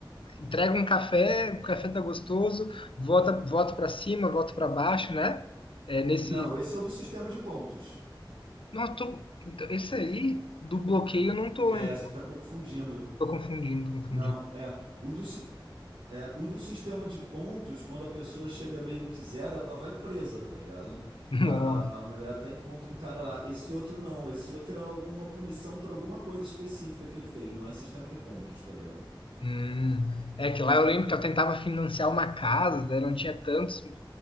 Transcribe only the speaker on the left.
entrega um café, o café tá gostoso, volta, volta para cima, volta para baixo, né? É nesse
Nossa, tô... então, esse
aí do bloqueio eu não tô
lembrando.
Tô confundindo, tô confundindo.
<laughs>
Nossa.
Hum. É que lá eu lembro que ela tentava financiar uma casa, daí não tinha tantos,